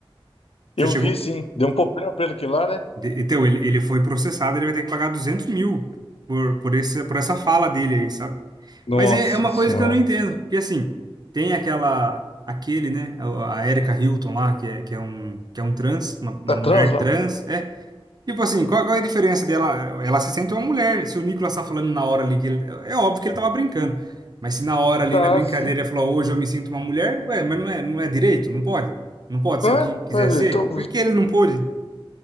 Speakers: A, on the right (about 45°); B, on the left (about 80°).
A: Você
B: Eu
A: chegou.
B: vi, sim. Deu um problema pra ele aqui lá, né?
A: De- Então, ele, ele foi processado, ele vai ter que pagar 200 mil por, por, esse, por essa fala dele aí, sabe?
B: Nossa
A: Mas é, é uma
B: senhora.
A: coisa que eu não entendo. Porque assim, tem aquela. Aquele, né? A a Erika Hilton lá, que é, que é um, que é um trans, uma, uma
B: Tá trans
A: mulher
B: lá,
A: trans.
B: né?
A: é. Tipo assim, qual, qual é a diferença dela? Ela se sente uma mulher. Se o Nicolas tá falando na hora ali que ele, é óbvio que ele tava brincando. Mas se na hora ali
B: Tá,
A: na brincadeira
B: sim.
A: ele falou, hoje eu me sinto uma mulher, ué, mas não é, não é direito, não pode. Não pode
B: Ah,
A: ser o que quiser
B: vai ver.
A: ser.
B: Então,
A: Por que ele não pôde?